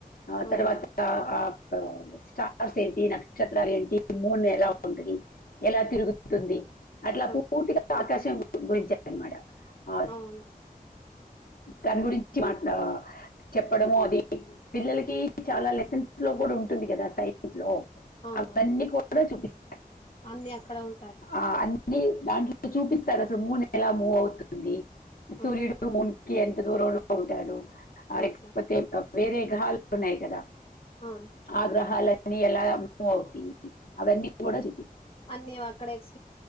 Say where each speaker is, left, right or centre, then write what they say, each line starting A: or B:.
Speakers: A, on the left; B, on the left.
A: ఆ తర్వాత
B: ఓకే
A: ఆ స్టా ర్స్ ఏంటి, నక్షత్రాలు ఏంటి, మూన్ ఎలా ఉంటది, ఎలా తిరుగు తుంది. అట్లా పూర్తిగా
B: ఓకే
A: ఆకాశం గురించే అనమాట ఆ
B: అవును
A: దాని గురించి మాట్ చెప్పడము అది పిల్లలకి చాలా లెసన్స్ లో కూడా ఉంటుంది కదా సైన్స్ లో
B: అవునవును
A: అవన్నీ కూడా చూపిస్
B: అన్ని అక్కడ ఉం
A: ఆ అన్ని దాంట్లో చూపిస్తరు అసలు మూన్ ఎలా మూవ్ అవు తుంది. సూర్యుడు
B: ఓకే
A: మూన్ కి ఎంత దూరంలో ఉంటాడు. అ లేకపోతే
B: ఓకే
A: వేరే గ్రహాలు ఉన్నాయి కదా.
B: అవును
A: ఆ గ్రహాలన్నీ ఎలా మూవ్ అవుతయి అవన్నీ కూడా చూపిస్
B: అన్నీ అక్కడ ఎక్స్